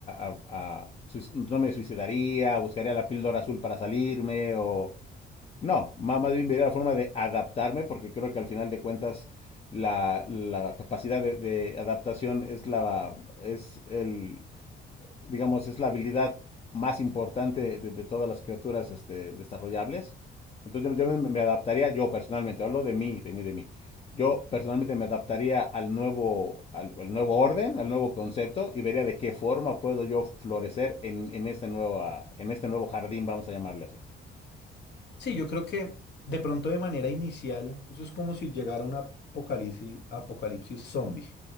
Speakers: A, on the left (about 30°); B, on the left (about 60°).
A: a- a- a suic- no me suicidaría, buscaría la píldora azul para salirme o no, ma- más bien vería la forma de adaptarme, porque creo que al final de cuentas la, la capacidad de, de adaptación es la, es el, digamos, es la habilidad más importante de, de todas las criaturas este, desarrollables. Entonces yo, yo me, me adaptaría, yo personalmente, hablo de mí, de mí, de mí. Yo personalmente me adaptaría al nuevo, al, al nuevo orden, al nuevo concepto, y vería de qué forma puedo yo florecer en, en esta nueva, en este nuevo jardín, vamos a llamarle así.
B: Sí, yo creo que de pronto de manera inicial, eso es como si llegara un apocalipsis, apocalipsis zombie.